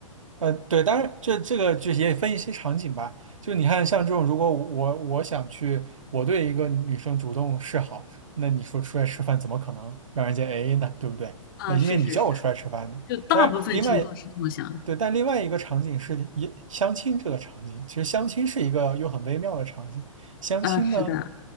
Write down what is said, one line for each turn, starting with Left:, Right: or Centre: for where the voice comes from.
Right: 呃，对，当然这这个就也分一些场景吧。就你看，像这种，如果我我想去，我对一个女生主动示好，那你说出来吃饭怎么可能让人家 AA 呢？对不对？
Left: 啊，
Right: 那因为你叫我出来吃饭的。
Left: 是是是，就大部分情况是这么想
Right: 但是另外，对，但另外一个场景是也相亲这个场景，其实相亲是一个又很微妙的场景。相亲呢，
Left: 啊，是的，